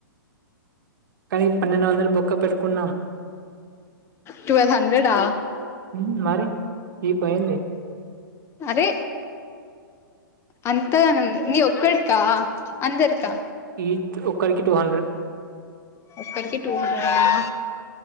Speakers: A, on the right; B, on the left.
A: కానీ పన్నెండు వందలు బొక్క పెట్టుకున్నా
B: ట్వెల్వ్ హండ్రెడ్ ఆ
A: ఉం మరి చీపా ఏంది
B: అరే అంతగనం నీ ఒక్కడికా అందరికా
A: ఈ ఒక్కరికి టూ హండ్రెడ్
B: ఒక్కడికి టూ హండ్రెడ్